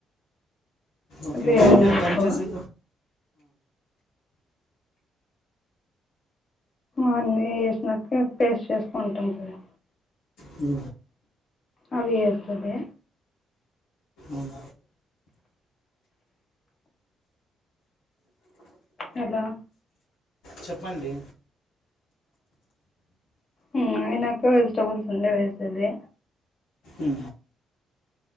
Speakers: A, on the left; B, on the left.
A: ఓకే
B: బిర్యానీ
A: మళ్ళీ మీరు
B: ఆకు
A: దమ్ చేసే
B: అన్నీ వేసినట్టుగా పేస్ట్ చేసుకుంటాం కదా
A: ఉ
B: అవి యేసెది
A: ఉమ్,
B: హలో
A: చెప్పండి
B: ఉమ్ అయినాక వెజిటబుల్స్ ఉండేవి వేసేది
A: ఉ